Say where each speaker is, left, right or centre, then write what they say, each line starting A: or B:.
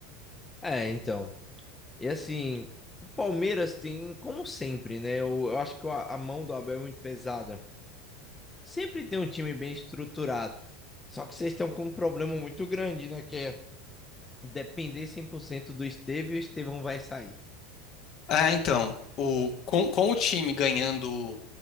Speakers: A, on the left; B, on the left.
A: É, então. E assim, o Palmeiras tem, como sempre, né? Eu, eu acho que a, a mão do Abel é muito pesada. Sempre tem um time bem estruturado. Só que vocês estão com um problema muito grande, né? Que é depender 100% do Estevão e o Estevão vai sair.
B: É, então, o, com, com o time ganhando